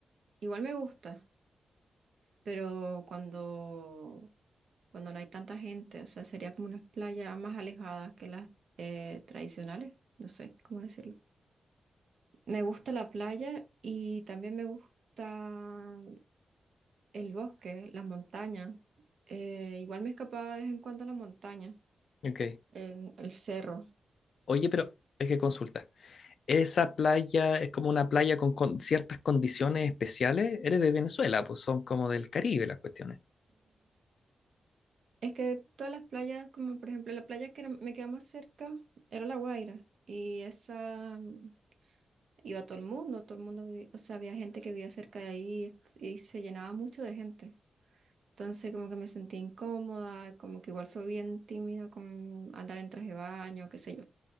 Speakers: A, on the right; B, on the left.
A: Igual me gusta, pero cuando, cuando no hay tanta gente, o sea, sería como unas playas más alejadas que las eh, tradicionales, no sé cómo decirlo. Me gusta la playa y también me gusta el bosque, las montañas. Eh, igual me escapaba de vez en cuando a la montaña,
B: ok.
A: en el cerro.
B: Oye, pero es que consulta. Esa playa es como una playa con, con ciertas condiciones especiales. Eres de Venezuela, pues son como del Caribe las cuestiones.
A: Es que todas las playas, como por ejemplo la playa que era- me quedaba más cerca, era La Guaira. Y esa mm, iba todo el mundo, todo el mundo, vi- o sea, había gente que vivía cerca de ahí est- y se llenaba mucho de gente. Entonces como que me sentía incómoda, como que igual soy bien tímida con andar en traje de baño, qué sé yo.